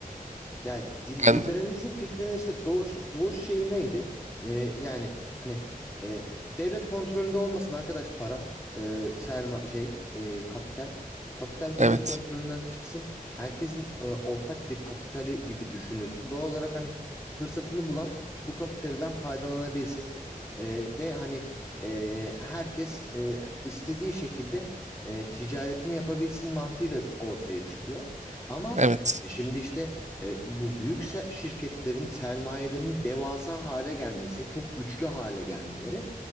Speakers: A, on the left; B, on the right.
A: Yani di-
B: Yani
A: liberalizm fikrinin işte doğuş doğuş şeyi neydi? Ee, yani hani e, devlet kontrolünde olmasın arkadaş para, e, serma şey, e, kapital. Kapital devlet
B: evet.
A: kontrolünden çıksın. Herkesin e, ortak bir kapitali gibi düşünülsün. Doğal olarak hani fırsatını bulan bu kapitalden faydalanabilsin. E, ve hani e, herkes e, istediği şekilde e, ticaretini yapabilsin mantığıyla ortaya çıkıyor. Ama
B: Evet.
A: e, şimdi işte e, bu büyük se- şirketlerin sermayelerinin devasa hale gelmesi, çok güçlü hale gelmeleri